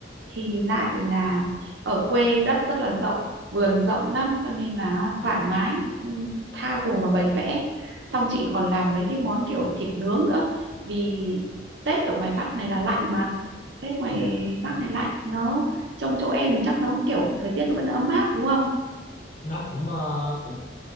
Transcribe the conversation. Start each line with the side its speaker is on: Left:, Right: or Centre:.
Right: thì lại là ở quê đất rất là rộng vườn rộng lắm cho nên là thoải mái ừ, tha hồ mà bày vẽ xong chị còn làm mấy cái món kiểu thịt nướng nữa vì Tết ở ngoài Bắc này là lạnh mà Tết ngoài
Left: Dạ,
Right: Bắc này lạnh nó trong chỗ em thì chắc nó cũng kiểu thời tiết nó vẫn ấm áp đúng không
Left: Nó cũng ờ, cũng